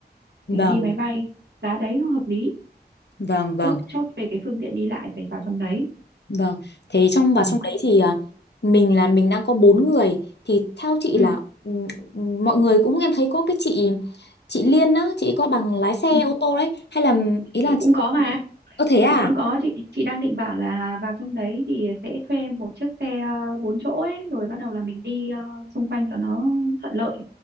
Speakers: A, on the left; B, on the right.
A: vâng
B: mình đi máy bay giá đấy nó hợp lý
A: vâng vâng
B: chốt chốt về cái phương tiện đi lại phải vào trong đấy
A: Vâng, thế trong và
B: ừ.
A: trong đấy thì à, mình là mình đang có bốn người thì theo chị
B: Ừ.
A: là ừm, ừm, mọi người cũng em thấy có cái chị chị Liên á, chị có bằng lái xe
B: ừ.
A: ô tô đấy hay là ý
B: chị
A: là
B: cũng
A: chị
B: có mà
A: có thế à?
B: chị cũng có chị chị đang định bảo là vào trong đấy thì sẽ thuê một chiếc xe ờ, bốn chỗ ấy rồi bắt đầu là mình đi ờ, xung quanh cho nó thuận lợi